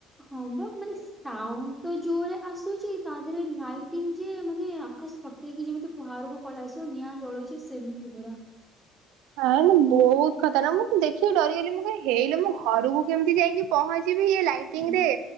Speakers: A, in the centre; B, on the right.
A: ହଁ ବା ମାନେ ସାଉଣ୍ଡ। ତ ଜୋରେ ଆସୁଛି ତା ଦେହରେ ଲାଇଟିଙ୍ଗ ଯେ ମାନେ ଆକାଶ ଫଟେଇକି ଯେମତି। ବାହାରକୁ ପଳେଇ ଆସିବ ନିଆଁ ଜଳୁଛି ସେମିତି ପୁରା।
B: ହ ବହୁତ ଖର୍ତନାକ ମୁଁ ଦେଖିକି ଡରିଗଲି ମୁଁ କ ହେଇଲୋ ମୁଁ ଘରକୁ କେମିତି ଯାଇକି। ପହଞ୍ଚିବି ଇ ଲାଇଟିଙ୍ଗ
A: ହୁଁ
B: ରେ